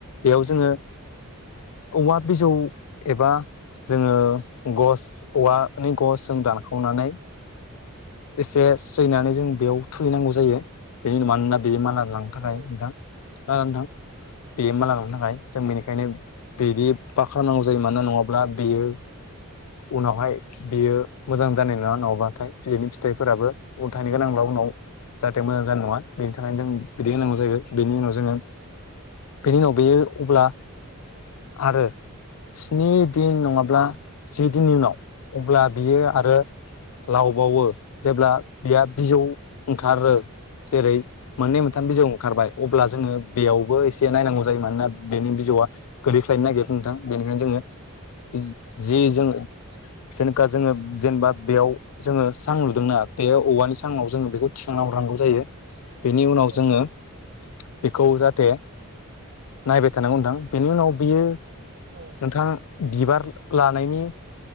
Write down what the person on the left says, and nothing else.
बेयाव जोङो औवा बिजौ एबा जोङो गस औवानि गस जों दानखावनानै एसे सैनानै जों बेयाव थुहैनांगौ जायो बेनि मानोना बेयो माला लांनो थाखाय
नोंथां ओ नोंथां माला लांनो थाखाय जों बेनिखायनो बिदि बाख्रा नांगौ जायो मानोना नङाब्ला बेयो उनावहाय बियो मोजां जानाय नङा नङाबाथाय <unintelligible> फिथाइफोराबो उल्थायानो
गोनांब्ला उनाव जाहाथे मोजां जानाय नङा बेनि थाखायनो जों बिदै होनांगौ जाहैबाय बेनि उनाव जोङो बेनि उनाव बेयो अब्ला आरो स्नि दिन नङाब्ला जि दिननि उनाव अब्ला बियो आरो लावबावो जेब्ला बेहा बिजौ ओंखारो जेरै मोननै मोनथाम
बिजौ ओंखारबाय अब्ला जोङो बेयावबो
एसे नायनांगौ जायो मानोना बेनो बिजौआ गोदैख्लायनो नागिरदों नोंथां बेनिखायनो जोङो जि
जोंडों जेनेखा जोङो जेनेबा बेयाव जोङो सां दोंना बे औवानि साङाव जोङो बेखौ थिखांना हरनांगौ जायो बेनि उनाव
जोङो बेखौ जाहाथे नायबाय थानांगौ नोंथां बेनि उनाव बियो
नोंथां बिबार लानायनि